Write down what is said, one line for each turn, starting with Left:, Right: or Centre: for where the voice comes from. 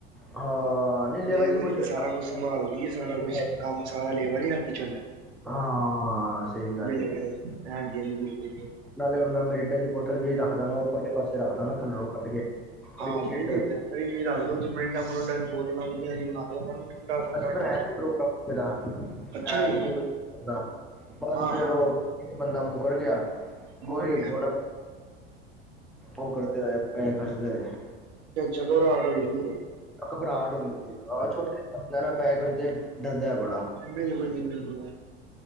Centre: ਹਾਂ ਨਹੀਂ ਲੈਵਲ
Right: ਲੇਬਰ
Centre: ਦੀ ਕੋਸ਼ਿਸ਼
Right: ਹੀ ਤੇ ਸਾਰਾ ਓਹ ਸੰਭਾਲਦੀ ਸਾਰਾ
Centre: ਕਰਦਾ
Right: ਕੁਛ ਕੰਮ ਸਾਰਾ ਲੇਬਰ ਹੀ ਹੱਥ ਚ ਹੋਦਾ।
Centre: ਹਾਂ ਸਹੀ ਗੱਲ
Right: ਬਿਲਕੁਲ
Centre: ਹੈ
Right: ਹਾਂਜੀ-ਹਾਂਜੀ ਬਿਲਕੁਲ।
Centre: ਨਾਲੇ ਹੁਣ ਮੈਂ ਮਰਿੰਡਾ ਦੀ ਬੋਤਲ ਵੀ ਰੱਖਦਾਗਾ ਉਪਰਲੇ ਪਾਸੇ ਰੱਖ ਦਾਗਾ ਥੱਲੋ ਕੱਡ ਕੇ ਥੋੜੀ
Right: ਹਾਂ
Centre: ਚਿਲਡ ਹੋ ਜੇ
Right: ਫਰਿਜ ਵੀ ਰੱਖ ਦਓ ਚ ਮਿਰੇਡਾ ਮਰੰਡਾ ਬੋਤਾਂ ਵਧੀਆ ਬਣਾ ਦਓ ਉਨਾਂ ਨੂੰ। ਠੰਡਾ ਠੁੰਡਾ
Centre: ਅਸੀ
Right: ਠਾਰ
Centre: ਬਣਾਇਆ ਸੀ ਪ੍ਰੋਗਰਾਮ ਏਦਾ
Right: ਅੱਛਾ ਜੀ
Centre: ਟੂਰ ਦਾ ਬਸ
Right: ਹਾਂ
Centre: ਫੇਰ
Right: ਹਾਂ
Centre: ਉਹ ਇਕ ਬੰਦਾ ਮੁਕਰ ਗਿਆ
Right: ਮੁਕਰ
Centre: ਓਈ
Right: ਗਿਆ
Centre: ਬ- ਉਹ ਕਰਦੇ ਹੋਏ ਪੈਏ <unintelligible> ਕਟਦੇ ਹੈ
Right: ਚਗੋਰਾਡੋ <unintelligible>
Centre: ਘਬਰਾਹਟ ਹੁੰਦੀ ਛੋਟੇ ਹੌਂਦਿਆਂ ਨਾ ਪੈਹੇ ਖਰਚਦੇ ਡਰਦਾ ਹੈ ਬੜਾ।
Right: ਬਿਲ -ਬਿਲ -ਬਿਲ